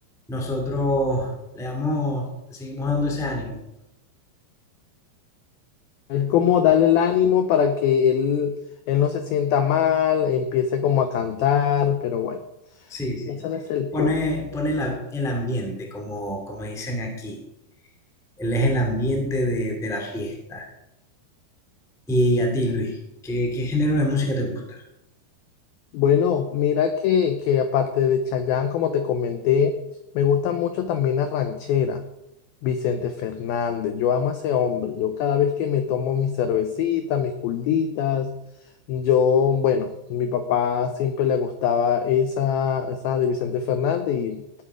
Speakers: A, in the centre; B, on the left (about 85°).
A: nosotros le damos, le seguimos dando ese ánimo,
B: Es como darle el ánimo para que él, él no se sienta mal, empiece como a cantar, pero bueno,
A: sí, sí,
B: ese no es el
A: pone,
B: punto.
A: pone la- el ambiente, como, como dicen aquí, él es el ambiente de, de la fiesta. Y a ti, Luis, ¿qué, qué género de música te gusta?
B: Bueno, mira que, que aparte de Chayanne, como te comenté, me gustan mucho también las rancheras. Vicente Fernández, yo amo a ese hombre. Yo cada vez que me tomo mi cervecita, mis culditas, yo, bueno, mi papá siempre le gustaba esa, esa de Vicente Fernández y